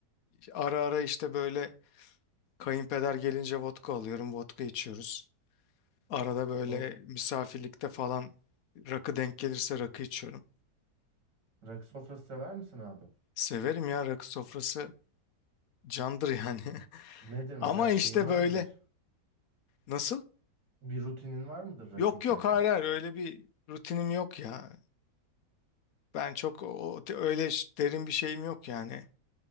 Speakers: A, on the left; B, on the right.
A: e, ara ara işte böyle kayınpeder gelince vodka alıyorum, vodka içiyoruz. Arada böyle
B: O
A: misafirlikte falan rakı denk gelirse rakı içiyorum.
B: rakı sofrası sever misin abi?
A: Severim ya rakı sofrası candır yani. <laughs>
B: Nedir mesela
A: Ama
B: hani
A: işte
B: şeyin var
A: böyle
B: mıdır?
A: nasıl?
B: Bir rutinin var mıdır rakı
A: Yok
B: içerken?
A: yok hayır hayır öyle bir rutinim yok ya. Ben çok o, öyle ş- derin bir şeyim yok yani.